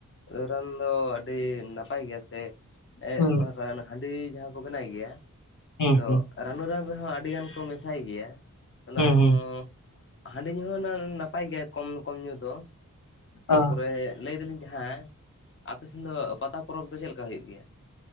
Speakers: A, on the left; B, on the left.
A: ᱨᱟᱱ ᱫᱚ ᱟᱹᱰᱤ ᱱᱟᱯᱟᱭ ᱜᱮᱭᱟ ᱥᱮ ᱮᱜ
B: ᱦᱩᱸ
A: ᱚᱱᱟ ᱨᱟᱱ ᱦᱟᱺᱰᱤ ᱡᱟᱦᱟᱸ ᱠᱚ ᱵᱮᱱᱟᱭ ᱜᱮᱭᱟ
B: ᱦᱩᱸ
A: ᱛᱚ
B: ᱦᱩᱸ
A: ᱨᱟᱹᱱᱩ ᱨᱟᱱ ᱨᱮᱦᱚᱸ ᱟᱹᱰᱤ ᱜᱟᱱ ᱠᱚ ᱢᱮᱥᱟᱭ ᱜᱮᱭᱟ ᱚᱱᱟ
B: ᱦᱩᱸ
A: ᱨᱮᱦᱚᱸ
B: ᱦᱩᱸ
A: ᱦᱟᱺᱰᱤ ᱧᱩ ᱦᱚᱸ ᱱᱟᱯᱟᱭ ᱜᱮᱭᱟ ᱠᱚᱢ ᱠᱚᱢ ᱧᱩ ᱫᱚ᱾ ᱛᱟᱯᱚᱨᱮ
B: ᱟ
A: ᱞᱟᱹᱭ ᱫᱟᱹᱞᱤᱧ ᱡᱟᱦᱟᱸ ᱟᱯᱮ ᱥᱮᱱ ᱫᱚ ᱯᱟᱛᱟ ᱯᱚᱨᱚᱵᱽ ᱫᱚ ᱪᱮᱫ ᱞᱮᱠᱟ ᱦᱩᱭᱩᱜ ᱜᱮᱭᱟ?